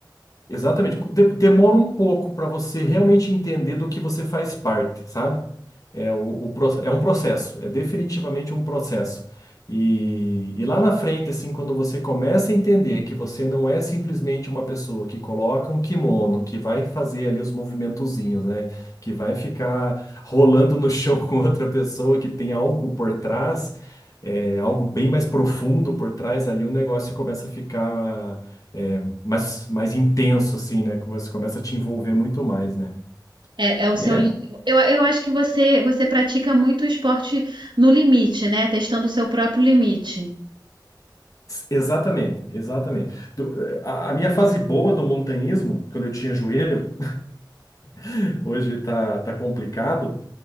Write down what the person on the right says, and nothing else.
É, é o
seu, li- eu, eu acho que você, você pratica muito esporte no limite, né? Testando o seu próprio limite.